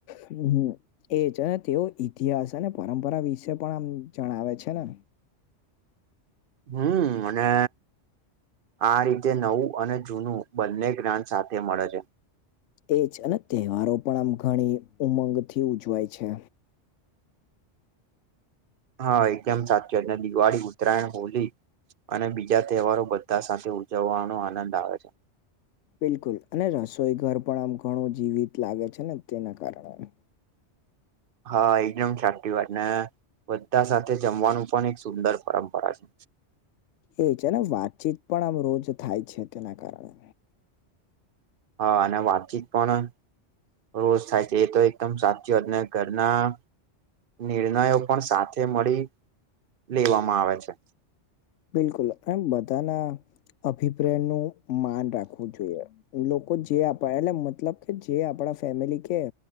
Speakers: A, on the left (about 80°); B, on the right (about 55°).
A: હમ હમ એજ અને તેઓ ઈતિહાસ અને પરંપરા વિશે પણ આમ જણાવે છે ને
B: હમ્મ અને આ રીતે નવું અને જૂનું બંને જ્ઞાન સાથે મળે છે.
A: એ જ અને તહેવારો પણ આમ ઘણી ઉમંગથી ઉજવાય છે.
B: હા એકેમ સાચું અને દિવાળી ઉત્તરાયણ હોલી અને બીજા તહેવારો બધા સાથે ઉજવવાનો આનંદ આવે
A: બિલકુલ અને રસોઈ ઘર પણ આમ ઘણું જીવિત લાગે છે ને તેના કારણે
B: હા એકદમ સાચી વાત ને બધા સાથે જમવાનું પણ એક સુંદર પરંપરા છે
A: એજ ને વાતચીત પણ આમ રોજ થાય છે તેના કારણે
B: હા અને વાતચીત પણ રોજ થાય છે એ તો એકદમ સાચી વાતને ઘરના નિર્ણયો પણ સાથે મળી લેવામાં આવે છે
A: બિલકુલ એમ બધાના અભિપ્રેન નું માન રાખવું જોઈએ લોકો જે આપ એટલે મતલબ કે જે આપણા ફેમિલી કે